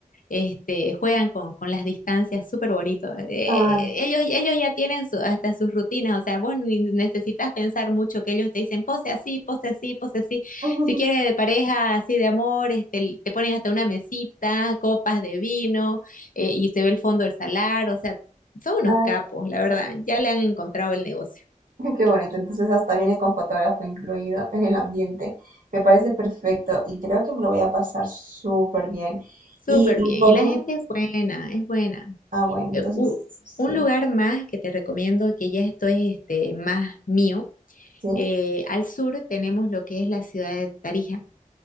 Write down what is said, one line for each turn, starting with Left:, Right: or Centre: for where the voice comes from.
Left: este, juegan con, con las distancias súper bonito. Eh,
Right: Ay,
Left: ellos, ellos ya tienen su- hasta sus rutinas, o sea, vos ni necesitas pensar mucho que ellos te dicen pose así, pose así, pose así.
Right: <laughs>
Left: Si quieres de pareja, así de amor, este, te ponen hasta una mesita, copas de vino, eh, y se ve el fondo del salar, o sea, son unos
Right: ay,
Left: capos, la verdad, ya le han encontrado el negocio.
Right: qué bonito, entonces hasta viene con fotógrafo incluido en el ambiente. Me parece perfecto y creo que me lo voy a pasar súper bien.
Left: Súper
Right: Y
Left: bien,
Right: por
Left: y la
Right: último,
Left: gente es buena, es buena.
Right: ah, bueno,
Left: Eh,
Right: entonces
Left: u-
Right: sí,
Left: un lugar más que te recomiendo, que ya esto es este, más mío,
Right: sí,
Left: eh, al sur tenemos lo que es la ciudad de Tarija